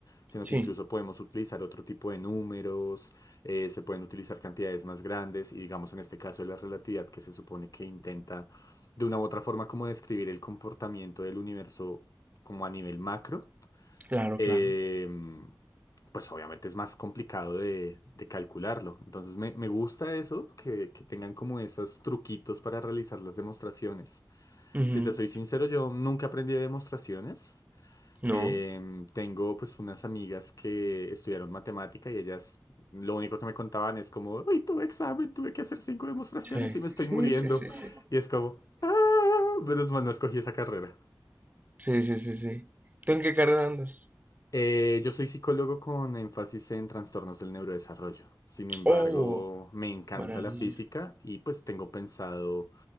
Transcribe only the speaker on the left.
sino
que incluso podemos utilizar otro tipo de números, eh, se pueden utilizar cantidades más grandes y digamos en este caso de la relatividad que se supone que intenta de una u otra forma como describir el comportamiento del universo como a nivel macro
eh,
pues obviamente es más complicado de, de calcularlo. Entonces me, me gusta eso, que, que tengan como esos truquitos para realizar las demostraciones.
Si te soy sincero, yo nunca aprendí de demostraciones. Em,
tengo pues unas amigas que estudiaron matemática y ellas lo único que me contaban es como, uy, tuve examen, tuve que hacer cinco demostraciones
y me estoy
muriendo.
Y es como, ah, menos mal no escogí esa carrera.
Eh, yo soy psicólogo con énfasis en trastornos del neurodesarrollo. Sin embargo,
me encanta
la física y pues tengo pensado